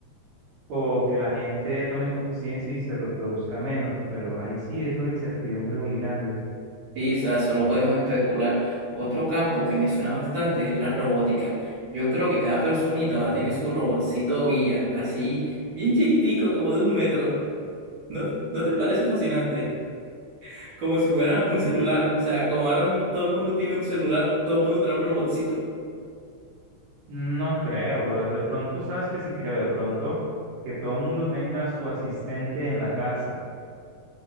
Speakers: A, on the right; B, on the right.
A: o que la gente tome conciencia y se reproduzca menos, pero ahí sí es una incertidumbre muy grande.
B: Sí, o sea, solo podemos especular. Otro campo que me suena bastante es la robótica. Yo creo que cada personita va a tener su robotcito guía, así bien chiquitico, como de un metro ¿No, no te parece fascinante? Como si fuera un
A: Mm,
B: celular. O sea, como ahora m- todo el mundo tiene un celular, todo el mundo trae un robotcito.
A: no creo, brother, de pronto, sabes que sí creo, de pronto, que todo el mundo tenga su asistente en la casa,